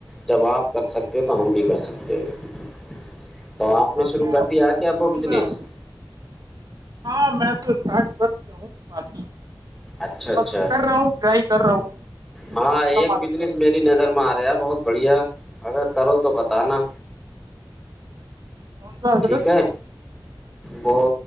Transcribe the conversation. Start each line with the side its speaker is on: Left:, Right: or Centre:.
Centre: جب آپ کر سکتے ہیں تو ہم بھی کر سکتے ہیں تو آپ نے شروع
Right: میں
Centre: کر
Right: آپ
Centre: دیا
Right: کو وہ
Centre: کیاب
Right: بتاؤں
Centre: بزنس
Right: گا ہاں میں تو اسٹارٹ کر دیا ہوں بقی
Centre: اچھا اچھا
Right: بس کر رہا ہوں ٹرائی کر رہا ہوں
Centre: ہاں
Right: اللہ
Centre: ایک
Right: مالک
Centre: بزنس
Right: ہے
Centre: نظر میں آ رہا بہت بڑھیا اگر کرو تو بتانا
Right: کون سا حضرت
Centre: ٹھیک ہے وہ